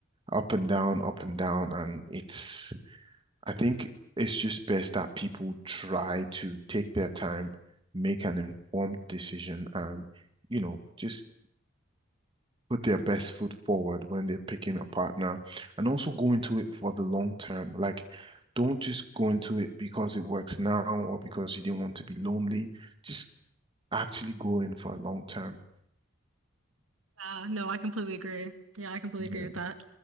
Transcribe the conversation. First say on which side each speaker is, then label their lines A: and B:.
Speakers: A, on the right; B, on the right.
A: up and down, up and down. And it's I think it's just best that people try to take their time, make an informed decision and, you know, just put their best foot forward when they're picking a partner and also go into it for the long term. Like, don't just go into it because it works now or because you didn't want to be lonely. Just actually go in for a long term.
B: Uh, no, I completely agree. Yeah, I completely
A: Yeah.
B: agree with that.